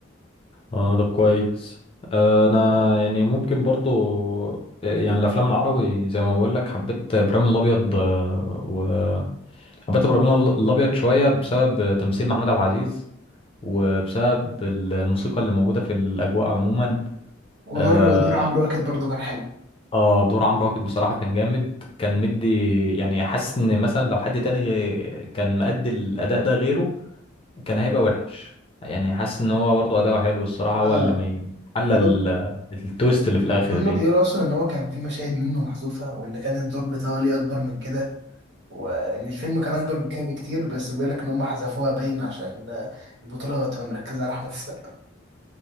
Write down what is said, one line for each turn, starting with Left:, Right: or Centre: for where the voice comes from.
Left: اه طب كويس آه، انا يعني ممكن برضو آه، يعني الافلام العربي زي ما بقول لك حبيت ابراهيم الابيض آه، و حبيت ابراهيم الابيض شويه بسبب تمثيل محمود عبد العزيز وبسبب ال- الموسيقى اللي موجودة في الأجواء عموما
Right: ودور
Left: آه,
Right: دور عمرو واكد برضو كان حلو
Left: آه دور عمرو واكد بصراحة كان جامد كان مدي يعني حاسس إن مثلا لو حد تاني غي- كان مأدي الأداء ده غيره كان هيبقى وحش يعني حاسس إن هو برضه أداؤه حلو الصراحة
Right: اه
Left: هو اللي مي- حل
Right: ده
Left: ال- التويست اللي في الآخر
Right: هما
Left: دي
Right: بيقولوا اصلا ان هو كان في مشاهد منه محذوفه وان كان الدور بتاعه ليه اكبر من كده والفيلم كان اكبر من كده بكتير بس بيقول لك ان هم حذفوها باين عشان آه، البطوله تبقى مركزه على احمد السقا